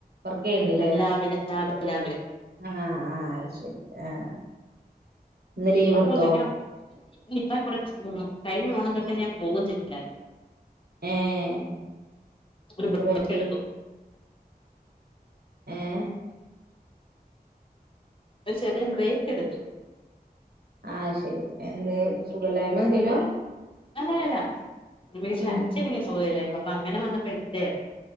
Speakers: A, on the right (about 75°); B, on the left (about 35°).
A: വർക്കെയ്യണ്‌ണ്ടല്ലേ
B: ലാബില് ലാബ് ലാബില്
A: ആഹ് ആഹ് അത് ശരി ആഹ് ഇന്ന് ലീവ്
B: ഇപ്പ
A: എടുത്തോ
B: പോകുന്നില്ല ഇപ്പ കുറച്ച് <unintelligible> കഴിഞ്ഞ ഓണം തൊട്ട് ഞാൻ പോകുന്നില്ല ഇല്ല
A: ഏഹ്
B: ഒരു
A: എന്ത്
B: ബ്രേക്കെടുത്തു
A: പറ്റി ഏഹ്
B: ഒരു ചെറിയ ബ്രേക്കെടുത്തു
A: ആഹ് ശരി എന്ത് സുഖല്ലായ്മ എന്തലോ
B: അങ്ങെനെയല്ല
A: ഉം
B: അച്ഛനിങ്ങനെ സുഖായില്ലായിരുന്നപ്പം അങ്ങനെ വന്നപ്പം എടുത്തെയാ